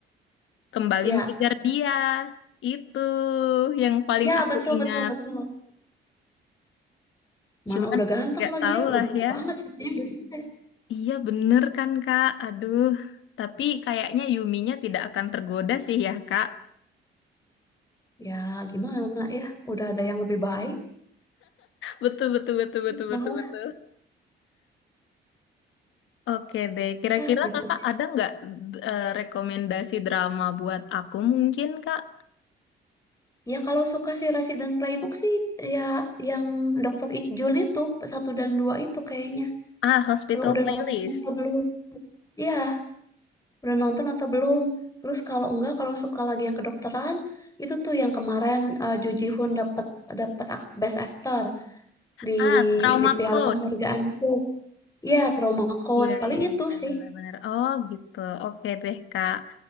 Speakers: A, on the left (about 80°); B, on the left (about 15°).
A: Kembali
B: Ya,
A: mengejar dia. Itu yang paling
B: ya
A: aku
B: betul
A: ingat.
B: betul betul. Mana
A: Cuman
B: udah ganteng
A: gak
B: lagi
A: tahu
B: ya, udah
A: lah
B: bau
A: ya.
B: banget ceritanya udah sukses.
A: Iya bener kan Kak? Aduh. Tapi kayaknya Yuminya tidak akan tergoda sih ya Kak.
B: Ya gimana ya, udah ada yang lebih baik.
A: Betul, betul, betul, betul,
B: Nah
A: betul,
B: lah,
A: betul. Oke deh, kira-kira
B: ya gitu.
A: kakak ada nggak eh, rekomendasi drama buat aku mungkin kak?
B: Ya kalau suka si Resident Playbook sih ya yang Dokter Ikjul itu, satu dan dua itu kayaknya.
A: Ah, Hospital
B: Kalau udah
A: Playlist.
B: nonton atau belum? Iya, udah nonton atau belum? Terus kalau enggak, kalau suka lagi yang kedokteran, itu tuh yang kemarin eh, Ju Ji Hoon dapat dapat ak- Best Actor di
A: Ah, Trauma
B: di piala
A: Code.
B: penghargaan tuh. Iya, Trauma Code.
A: Iya,
B: Paling
A: iya,
B: itu
A: iya,
B: sih.
A: benar-benar. Oh, gitu. Oke deh, Kak.